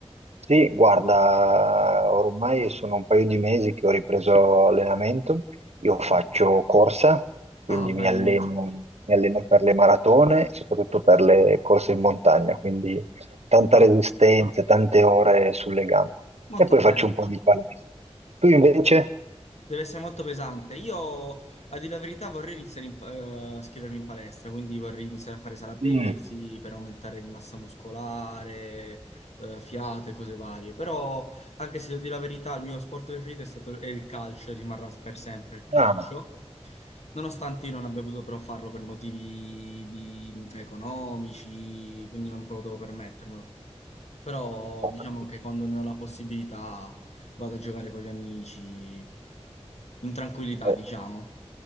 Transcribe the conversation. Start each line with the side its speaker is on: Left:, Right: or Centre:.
Right: Sì, guarda, ormai sono un paio di mesi che ho ripreso allenamento. Io faccio
Left: Mm.
Right: corsa, quindi
Left: Ah, bello.
Right: mi alleno, mi alleno per le maratone, soprattutto per le corse in montagna, quindi tanta
Left: Ah,
Right: resistenza, tante ore sulle gambe.
Left: molto
Right: E poi
Left: bello.
Right: faccio un po' di palestra. Tu invece?
Left: Deve essere molto pesante. Io, a dire la verità, vorrei iniziare in- eh, a scrivermi in palestra, quindi vorrei iniziare a fare sala pesi
Right: Mm.
Left: per aumentare di massa muscolare, eh, fiato e cose varie. Però, anche se devo dire la verità, il mio sport preferito è stato è il calcio, e rimarrà per sempre il calcio.
Right: Ah,
Left: Nonostante io non abbia potuto però farlo per motivi di- mm, economici, quindi non potevo permettermelo. Però
Right: ok.
Left: diciamo che quando ne ho la possibilità vado a giocare con gli amici in tranquillità,
Right: Eh,
Left: diciamo.